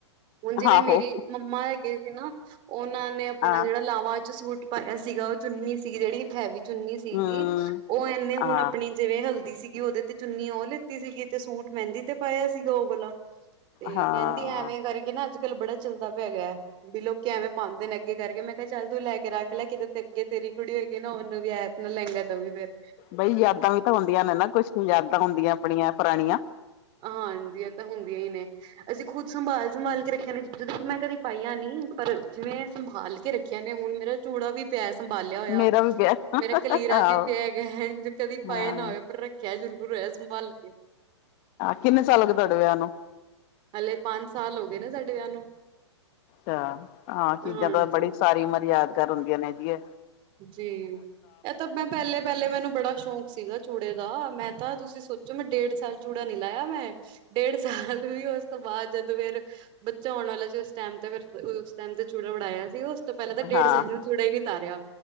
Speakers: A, on the right; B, on the left.
A: ਹੁਣ ਜਿਵੇਂ
B: ਆਹੋ
A: ਮੇਰੀ ਮਮਾ ਹੈਗੇ ਸੀ ਨਾ ਉਹਨਾਂ ਨੇ ਆਪਣਾ
B: ਹਾਂ
A: ਜਿਹੜਾ ਲਾਵਾ ਚ ਸੂਟ ਪਰ ਇਹ ਸੀਗਾ ਉਹ ਚੁੰਨੀ ਸੀਗੀ ਜਿਹੜੀ ਹੈਵੀ ਚੁੰਨੀ ਸੀਗੀ
B: ਹਮ
A: ਉਹ ਇਨੇ
B: ਹਾਂ
A: ਹੁਣ ਆਪਣੀ ਜਿਵੇਂ ਹਲਦੀ ਸੀਗੀ ਉਹਦੇ ਤੇ ਚੁੰਨੀ ਉਹ ਲਿਤੀ ਸੀਗੀ ਤੇ ਸੂਟ ਮਹਿੰਦੀ ਤੇ ਪਾਇਆ ਸੀਗਾ ਓਹ ਵਾਲਾ ਤੇ
B: ਹਾਂ
A: ਕਹਿੰਦੀ ਐਵੇਂ ਕਰ ਅੱਜਕੱਲ ਬੜਾ ਚੱਲਦਾ ਪਿਆ ਗਿਆ ਬਿ ਲੋਕੀ ਐਵੇਂ ਪਾਉਂਦੇ ਨੇ ਅੱਗੇ ਕਰਕੇ ਮੈਂ ਕਿਹਾ ਚੱਲ ਤੂੰ ਲੈ ਕੇ ਰੱਖ ਲੈ ਕੇ ਤੇ ਤੇਰੀ ਕੁੜੀ ਹੋਏਗੀ ਨਾ ਉਹਨੂੰ ਵੀ ਐਪ ਨਾਲ ਲਹਿੰਗਾ ਦਵੀਂ ਫਿਰ
B: ਬਈ ਯਾਦਾਂ ਵੀ ਤਾਂ ਹੁੰਦੀਆਂ ਨੇ ਨਾ ਕੋਈ ਯਾਦਾਂ ਹੁੰਦੀਆਂ ਆਪਣੀਆਂ ਪੁਰਾਣੀਆ
A: ਹਾਂਜੀ ਇਹ ਤਾਂ ਹੁੰਦੀਆਂ ਹੀ ਨੇ ਅਸੀਂ ਖੁਦ ਸੰਭਾਲ ਸੰਭਾਲ ਕੇ ਰੱਖਿਆ ਜਦੋਂ ਮੈਂ ਕਦੀ ਪਾਈਆਂ ਨਹੀਂ ਪਰ ਜਿਵੇਂ ਸੰਭਾਲ ਕੇ ਰੱਖੀਆ ਨੇ ਹੁਣ ਮੇਰਾ ਚੂੜਾ ਵੀ ਪੈ ਸਕ ਸੰਬਾਲਿਆ ਹੋਇਆ
B: ਮੇਰਾ ਵੀ ਵਿਆਹ
A: ਮੇਰੇ ਕਲੀਰਾ
B: ਆਹੋ
A: ਵੀ ਪਿਆ ਹੈਗਾ ਇਂਝ ਕਦੀ ਪਾਏ
B: ਹਾਂ
A: ਨਾ ਹੋਏ ਪਰ ਰੱਖਿਆ ਜਰੂਰ <unintelligible>
B: ਕਿੰਨੇ ਸਾਲ ਹੋ ਗਏ ਤੁਹਾਡੇ ਵਿਆਹ ਨੂੰ
A: ਹਲੇ ਪੰਜ ਸਾਲ ਹੋ ਗਏ ਨਾ ਸਾਡੇ ਵਿਆਹ ਨੂੰ
B: ਹਾਂ ਕੀ
A: ਹਾਂਜੀ
B: ਕਹਿੰਦਾ ਬੜੀ ਸਾਰੀ ਮਰਿਆਦਾ ਹੁੰਦੀਆਂ ਨੇ। ਜੀ
A: ਜੀ ਇਹ ਤਾਂ ਮੈਂ ਪਹਿਲੇ- ਪਹਿਲੇ ਮੈਨੂੰ ਬੜਾ ਸ਼ੌਂਕ ਸੀਗਾ ਚੂੜੇ ਦਾ ਮੈਂ ਤਾਂ ਤੁਸੀਂ ਸੋਚੋ ਮੈਂ ਡੇਢ ਸਾਲ ਚੂੜਾ ਨੀ ਲਾਇਆ ਮੈਂ ਡੇਢ ਸਾਲ ਵੀ ਉਸ ਤੋਂ ਬਾਅਦ ਜਦੋਂ ਫਿਰ ਬੱਚਾ ਆਉਣ ਵਾਲਾ ਜਿਸ ਟਾਈਮ ਤੇ ਫ ਉਸ ਟਾਈਮ ਤੇ ਚੂੜਾ ਵੜਾਇਆ ਸੀ ਉਸ ਤੋਂ ਪਹਿਲਾਂ ਤਾਂ ਡੇਢ
B: ਹਾਂ
A: ਸਾਲ ਚੂੜਾ ਹੀ ਨੀ ਤਾਰਿਆ।